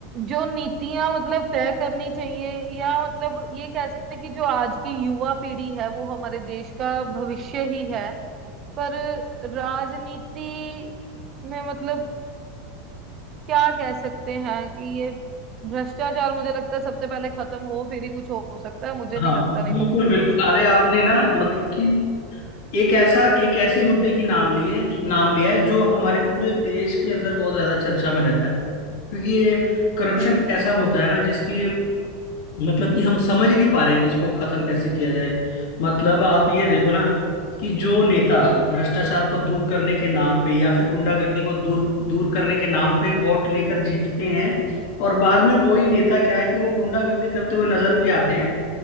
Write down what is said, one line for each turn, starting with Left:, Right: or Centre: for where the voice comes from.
Right: जो नीतियां मतलब तय करनी चाहिए या मतलब ये कह सकते हैं कि जो आज की युवा पीढ़ी है वो हमारे देश का भविष्य ही है पर राजनीति में मतलब क्या कह सकते हैं कि ये भ्रष्टाचार मुझे लगता है सबसे पहले खत्म हो फिर ही कुछ हो सकता है मुझे
Left: हाँ
Right: नहीं लगता नहीं
Left: बिल्कुल
Right: तो कुछ
Left: बिल्कुल
Right: भी हो सकता
Left: अरे आपने
Right: है
Left: ना मतलब कि एक ऐसा एक ऐसे मुद्दे की नाम ली है नाम लिया है जो हमारे पूरे देश के अंदर बहुत ज्यादा चर्चा में रहता है क्योंकि ये करप्शन
Right: हम्म
Left: एक ऐसा मुद्दा है ना जिसकी मतलब कि हम समझ ही नहीं पा रहे हैं कि इसको खत्म कैसे किया जाए मतलब आप ये देखो ना कि जो नेता भ्रष्टाचार को दूर करने के नाम पे या फिर गुंडागर्दी को दूर दूर करने के नाम पे वोट लेकर जीतते हैं और बाद में वही नेता क्या है कि वो गुंडागर्दी करते हुए नजर भी आते हैं